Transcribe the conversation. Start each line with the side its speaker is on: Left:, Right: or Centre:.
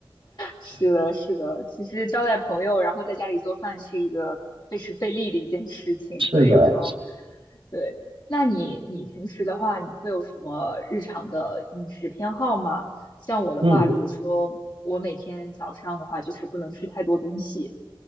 Left: 是的，是的。其实招待朋友，然后在家里做饭是一个费时费力的一件事情，
Right: 是的，
Left: 所以有时候，对。那你你平时的话，你会有什么日常的饮食偏好吗？像我的话，
Right: 嗯
Left: 比如说我每天早上的话，就是不能吃太多东西，